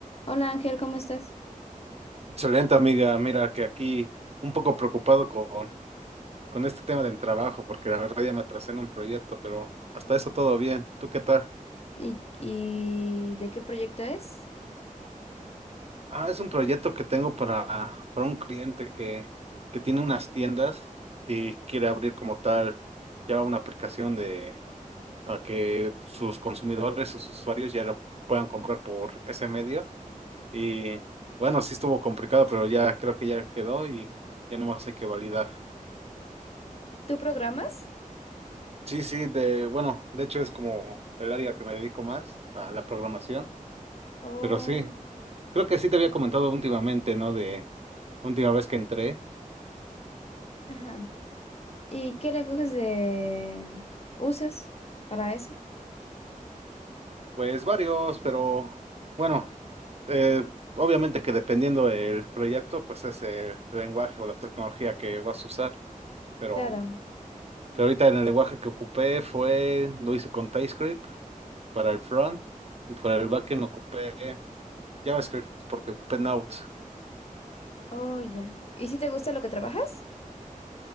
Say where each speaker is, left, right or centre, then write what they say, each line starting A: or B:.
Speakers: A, on the left; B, on the right.
A: Hola Ángel, ¿cómo estás?
B: Excelente, amiga. Mira que aquí un poco preocupado con, con este tema del trabajo, porque la verdad ya me atrasé en un proyecto, pero hasta eso todo bien. ¿Tú qué tal?
A: ¿Y, y de qué proyecto es?
B: Ah, es un proyecto que tengo para, para un cliente que, que tiene unas tiendas y quiere abrir como tal ya una aplicación de para que sus consumidores, sus usuarios ya lo puedan comprar por ese medio. Y bueno, sí estuvo complicado, pero ya creo que ya quedó y ya nomás hay que validar.
A: ¿Tú programas?
B: Sí, sí, de, bueno, de hecho es como el área que me dedico más a la programación,
A: Oh,
B: pero sí, creo que sí te había comentado últimamente, ¿no? De última vez que entré,
A: ajá. ¿Y qué lenguajes de usas para eso?
B: pues varios, pero bueno, eh, obviamente que dependiendo del proyecto, pues es el lenguaje o la tecnología que vas a usar, pero,
A: Claro.
B: pero ahorita en el lenguaje que ocupé fue, lo hice con TypeScript para el front y para el backend ocupé JavaScript porque ocupé Node.
A: Oye. ¿Y si te gusta lo que trabajas?